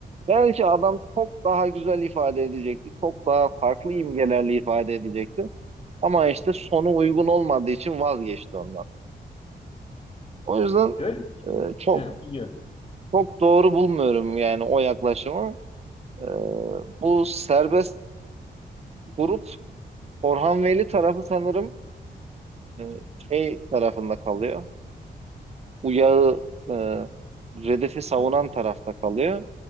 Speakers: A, on the right (about 40°); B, on the left (about 35°).
A: Belki adam çok daha güzel ifade edecekti. Çok daha farklı imgelerle ifade edecekti. Ama işte sonu uygun olmadığı için vazgeçti ondan. O yüzden
B: Şöyle
A: e, çok
B: He, biliyorum.
A: çok doğru bulmuyorum yani o yaklaşımı. E, bu serbest grup Orhan Veli tarafı sanırım e, şey tarafında kalıyor. Uyağı e, Redef'i savunan
B: Hı,
A: tarafta kalıyor.